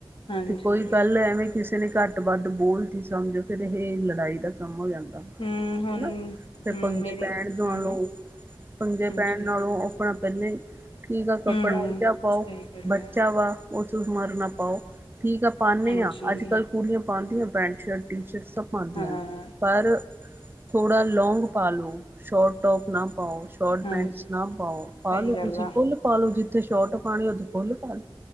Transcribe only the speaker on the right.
ਤੇ ਕੋਈ ਪੈਲੇ ਐਵੇਂ ਕਿਸੇ ਨੇ ਘੱਟ-ਵੱਧ ਬੋਲਤੀ ਸਮਝੋ ਫਿਰ ਏਹ ਏ ਲੜਾਈ ਦਾ ਕੰਮ ਹੋ ਜਾਂਦਾ <unintelligible>
ਹਨਾਂ! ਫਿਰ
ਪੰਗੇ
ਪੈਣ ਤੁਆਨੂੰ
ਪੰਗੇੇ
ਪੈਣ ਨਾਲੋਂ ਆਪਣਾ ਪੈਲਾਂ ਈ, ਠੀਕ ਆ ਕੱਪੜਾ
ਆ ਜਿਆ ਪਾਓ।
ਬੱਚਾ
ਵਾ ਓਸ ਹੁਮਰ ਨਾਂ ਪਾਓ। ਠੀਕ ਆ ਪਾਨੇ
ਆਂ, ਅੱਜ-ਕਲ ਕੁੜੀਆਂ ਪਾਂਦੀਆਂ ਪੈਂਟ ਸ਼ਰਟ, ਟੀ ਸ਼ਰਟਸ। <unintelligible> ਪਾਂਦੀਆਂ
ਨੇ ਪਰ ਥੋੜਾ ਲੌਗ ਪਾ ਲਓ, ਸ਼ੋਰਟ ਟੋਪ ਨਾ ਪਾਓ। ਸ਼ੋਰਟ
ਪੈਂਟਸ ਨਾ ਪਾਓ,
ਪਾ ਲੋ
ਤੁਸੀਂ
ਫੁੱਲ ਪਾਲ ਲੋ ਜਿੱਥੇ ਸੋਰਟ ਪਾਨੀ ਉਥੇ ਫੁੱਲ ਪਾਲੋ।